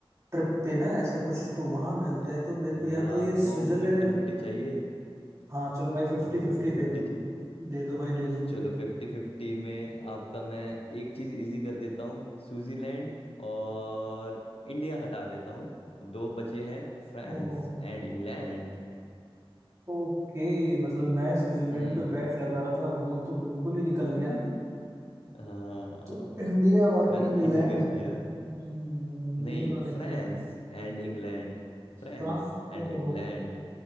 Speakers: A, on the right (about 35°); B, on the left (about 80°).
A: ट्रिप पे ना ऐसा कुछ तो वहां मिलता
B: आ-
A: है तो मेरे को या
B: या
A: तो
B: आपको
A: ये स्विट्जरलैंड
B: फिफ्टी फिफ्टी
A: ल-
B: चाहिए
A: हाँ चलो भाई फिफ्टी
B: आपको
A: फिफ्टी
B: फिफ्टी
A: दे
B: फिफ्टी
A: दो दे दो भाई दे दो
B: चलो फिफ्टी फिफ्टी में आपका मैं एक चीज इजी कर देता हूँ स्विट्जरलैंड और इंडिया हटा देता हूँ अब दो बचे हैं फ्रांस
A: ओहो
B: एंड इंग्लैंड
A: ओके मतलब मैं स्विट्जरलैंड
B: हम्म
A: पे बैट लगा रहा था वो तो बिल्कुल ही निकल गया
B: <laughs> हाँ
A: तो इंडिया और
B: मैंने
A: इंग्लैंड
B: इजी कर दिया है
A: हम्म इंडिया
B: नहीं
A: और इंग्लैंड
B: France and England France
A: फ्रांस
B: and
A: ओहो
B: England
A: हो